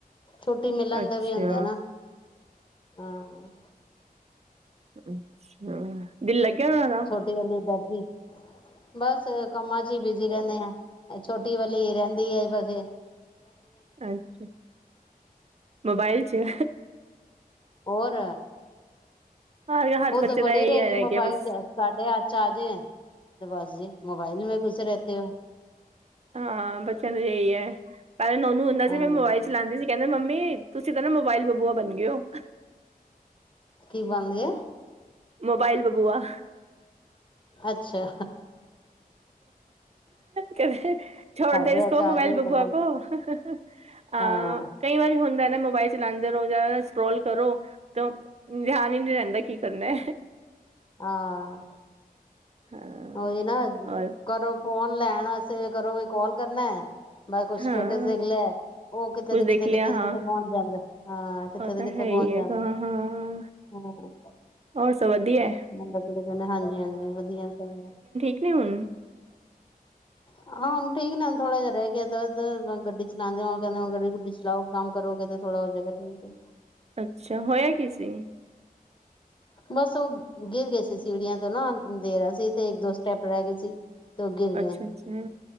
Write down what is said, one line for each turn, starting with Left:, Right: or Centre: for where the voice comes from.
Left: ਛੁੱਟੀ ਮਿਲਣ
Right: ਅੱਛਾ
Left: ਦੇ ਵੀ ਹੁੰਦਾ ਨਾ, ਹਾਂ।
Right: ਅੱਛਾ, ਦਿਲ ਲੱਗ ਗਿਆ ਉਹਨਾਂ ਦਾ।
Left: ਵਾਹਲੀ ਬੈਠੀ, ਬਸ ਕੰਮਾਂ ਚ ਹੀ ਬਿਜ਼ੀ ਰਹਿੰਦੇ ਆ। ਛੋਟੀ ਵਾਲੀ ਰਹਿੰਦੀ ਵਸੇ।
Right: ਅੱਛਾ, ਮੋਬਾਇਲ ਚ।
Left: ਹੋਰ।
Right: ਹਰ
Left: ਖੁਦ
Right: ਹਰ ਬੱਚੇ
Left: ਬੜੀ
Right: ਦਾ ਇਹੀ
Left: ਰਹੇਗੀ
Right: ਰਹਿ
Left: ਮੋਬਾਇਲ
Right: ਗਿਆ ਬਸ
Left: ਚ। ਸਾਡੇ ਹੱਥ ਚ ਆਜੇ ਤੇ ਬਸ ਜੀ, ਮੋਬਾਇਲ ਮ ਘੁਸੇ ਰਹਿਤੇ ਹੋ।
Right: ਹਾਂ ਬੱਚਿਆਂ ਨੂੰ ਇਹੀ ਹੈ। ਪਹਿਲੇ ਨੋਨੂੰ ਹੁੰਦਾ ਸੀ
Left: ਹਾਂ
Right: ਮੋਬਾਇਲ ਚ ਚਲਾਉਂਦੀ ਸੀ। ਕਹਿੰਦੇ ਮੰਮੀ ਤੁਸੀਂ ਤਾਂ ਨਾ ਮੋਬਾਇਲ ਬਬੂਆ ਬਣ ਗਏ ਹੋ।
Left: ਕੀ ਬਣ ਗਏ?
Right: ਮੋਬਾਈਲ ਬਬੂਆ।
Left: ਅੱਛਾ।
Right: ਕਹਦੇ ਛੋੜ
Left: ਸਾਡੇ
Right: ਦੇ ਇਸ
Left: ਹੱਥ
Right: ਮੋਬਾਈਲ
Left: ਚ ਆ ਜੇ ਤਾਂ
Right: ਬਬੂਆ
Left: ਫਿਰ
Right: ਕੋ। ਅਹ
Left: ਹਾਂ
Right: ਕਈ ਵਾਰੀ ਹੁੰਦਾ ਨਾ, ਮੋਬਾਇਲ ਚਲਾਉਂਦੇ ਰਹੋ ਜਾਂ ਸਕਰੋਲ ਕਰੋ ਤਾਂ, ਧਿਆਨ ਹੀ ਨੀ ਰਹਿੰਦਾ। ਕੀ ਕਰਨਾ
Left: ਹਾਂ,
Right: ਹਾਂ
Left: ਓਹੀ ਨਾ
Right: ਔਰ
Left: ਕਰੋ ਫੋਨ ਲੈਣ ਵਾਸੇ ਕਰੋ ਕਾਲ ਕਰਨਾ ਏ। ਬ ਕੁਛ ਸਟੇਟਸ
Right: ਹਾਂ
Left: ਦੇਖ ਲਿਆ। ਉਹ ਕਿਥੇ
Right: ਕੁੱਝ
Left: ਤੇ ਕਿਤੇ,
Right: ਦੇਖ ਲਿਆ
Left: ਕਿਥੇ
Right: ਹਾਂ
Left: ਕਿਥਤੇ ਪਹੁੰਚ ਜਾਂਦਾ ਹਾਂ। ਕਿੱਥੇ
Right: ਉਹ
Left: ਤੇ
Right: ਤਾਂ
Left: ਕਿੱਥੇ
Right: ਹੈ
Left: ਪਹੁੰਚ
Right: ਹੀ ਹੈਗਾ
Left: ਜਾਂਦਾ
Right: ਹਾਂ
Left: ਐ।
Right: ਹਾਂ
Left: ਹੂੰ।
Right: ਹੋਰ ਸਭ ਵਧੀਆਏ।
Left: ਮਤਲਬ ਕਿ ਕਹਿੰਦੇ ਹਾਂਜੀ -ਹਾਂਜੀ ਵਧੀਆ ਸ
Right: ਕੀ ਹੋਇਆ ਐ?
Left: ਹਾਂ ਹੁਣ ਠੀਕ ਨੇ, ਹੁਣ ਥੋੜਾ ਜਿਹਾ ਰਹਿ ਗਿਆ ਦਰਦ, ਗੱਡੀ ਚਲਾਂਦੇ ਆਂ ਕਹਿੰਦੇ ਗੱਡੀ ਗੁੱਡੀ ਚਲਾਓ ਕੰਮ ਕਰੋਗੇ, ਤਾਂ ਥੋੜਾ ਹੋ ਜਾਏਗਾ, ਠੀਕ ਏ।
Right: ਅੱਛਾ, ਹੋਇਆ ਕੀ ਸੀ।
Left: ਬਸ ਉਹ ਗਿਰ ਗਏ ਸੀ ਸੀੜੀਆਂ ਤੋਂ ਨਾ, ਦੇਰਾ ਸੀ ਤੇ ਇੱਕ ਦੋ ਸਟੈਪ ਰਹਿ ਗਏ ਸੀ। ਤੇ ਉਹ ਗਿਰ
Right: ਅੱਛਾ
Left: ਗਏ
Right: -ਅੱਛਾ,